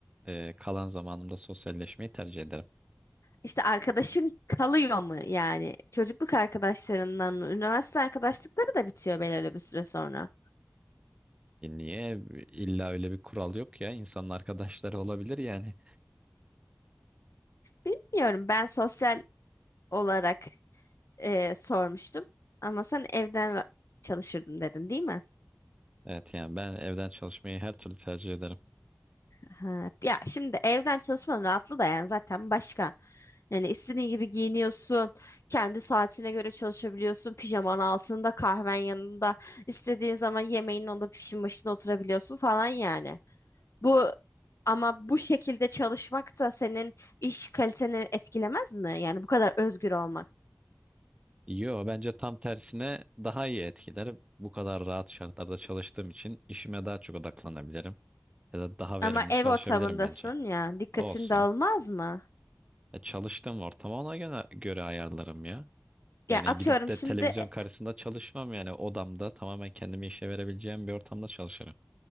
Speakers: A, on the right; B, on the left.
A: e, kalan zamanımda sosyalleşmeyi tercih ederim.
B: İşte arkadaşın kalıyor mu yani? Çocukluk arkadaşlarından mı? Üniversite arkadaşlıkları da bitiyor belirli bir süre sonra.
A: E Niye? İlla öyle bir kural yok ya. İnsanın arkadaşları olabilir yani.
B: Bilmiyorum. Ben sosyal olarak e, sormuştum. Ama sen evden çalışırdın dedin, değil mi?
A: Evet yani ben evden çalışmayı her türlü tercih ederim.
B: Ha, ya şimdi evden çalışmanın rahatlığı da yani zaten başka. Yani istediğin gibi giyiniyorsun. Kendi saatine göre çalışabiliyorsun. Pijaman altında, kahven yanında. istediğin zaman yemeğin onda pişin başına oturabiliyorsun falan yani. Bu ama bu şekilde çalışmak da senin iş kaliteni etkilemez mi? Yani bu kadar özgür olmak.
A: Yo bence tam tersine daha iyi etkiler. Bu kadar rahat şartlarda çalıştığım için işime daha çok odaklanabilirim. Ya da daha verimli
B: Ama ev
A: çalışabilirim
B: ortamındasın
A: bence.
B: ya, dikkatin
A: Olsun.
B: dağılmaz mı?
A: E, çalıştığım ortamı ona göre, göre ayarlarım ya.
B: Ya
A: Yani
B: atıyorum
A: gidip de
B: şimdi
A: televizyon
B: e,
A: karşısında çalışmam yani odamda tamamen kendimi işe verebileceğim bir ortamda çalışırım.